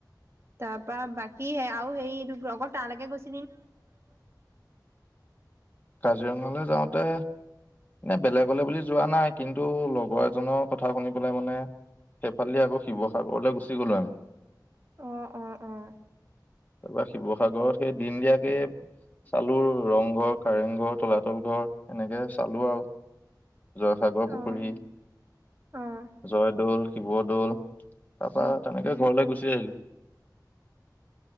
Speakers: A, on the right (about 35°); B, on the left (about 25°).
A: তাৰ পৰা বাকী আও সেইটো অকল তালৈকে গৈছ।
B: কাজিৰঙালৈ যাওঁতে এনে বেলেগলৈ বুলি যোৱা নাই কিন্তু লগৰ এজনৰ কথা শুনি মানে সেইফালে আকৌ শিৱসাগৰলৈ গুচি গলো আমি।
A: অ' অ' অ'
B: তাৰপ শিৱসাগৰত সেই দিন দিয়াকে চালোঁ ৰংঘৰ, কাৰেংঘৰ, তলাতল ঘৰ এনেকে। চালোঁ আৰু জয়সাগৰ
A: অ',
B: পুখুৰী,
A: অ', অ',
B: জয়দৌল, শিৱদৌল তাৰ পৰা তেনেকে ঘৰলৈ গুচি আহিলো।